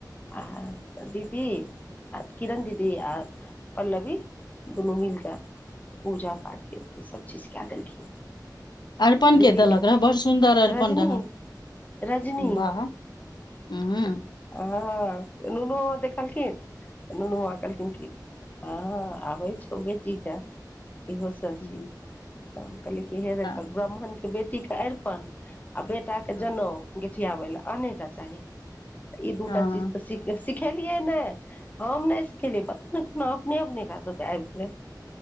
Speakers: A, on the left (about 20°); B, on the left (about 75°).
A: आ- दीदी आ किरण दीदी आ पल्लवी दुनू मिलिकऽ पूजा-पाठ केलखिन, सभ चीज कए देलखिन
B: अरिपनके
A: दीदी
B: देलक रहय बड़ सुन्दर अरिपन
A: रजनी
B: रहय?
A: रजनी
B: बाह, हँ
A: हँ, नुनु बाबा देखलखिन तॅं नुनु बाबा कहलखिन की हँ आबै छौ बेटीके इहो सब
B: हूँ
A: चीज- तॅं कहलियै की हे देखक
B: आ-
A: ब्राह्मणके बेटीकेॅं अरिपन आ बेटाकेँ
B: हँ
A: जनौउ- गेठियाबै लए आने टा चाही, ई दूटा
B: हँ
A: चीज तॅं- सिखेलियै नहि, हम नहि सिखेलियै पता ने कोनो अपने-अपने कऽ सिखल- रूक आबि गेलै